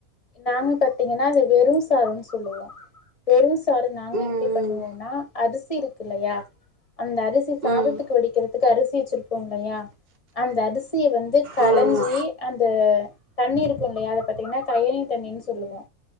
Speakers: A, on the left; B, on the right.
A: நாங்க பாத்தீங்கன்னா அது வெறும் சோருன்னு சொல்லுவோ வெறும் சோறு நாங்க
B: ம்
A: எப்படி பண்ணுவோம்னா அரிசி இருக்கு இல்லையா அந்த அரிசி சாதத்துக்கு
B: ம்
A: வடிக்கிறதுக்கு அரிசி வச்சியிருப்போம் இல்லையா அந்த அரிசி அரிசிய வந்து கலைஞ்சி
B: ம்
A: அந்த தண்ணீர் அத பாத்தீங்கன்னா கயணி தண்ணின்னு சொல்லுவோ